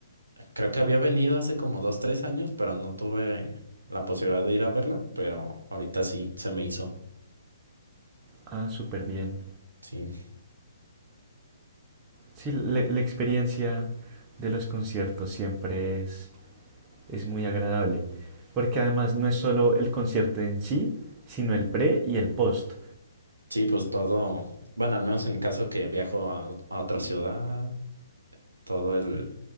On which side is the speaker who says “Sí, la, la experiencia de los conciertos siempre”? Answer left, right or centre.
Right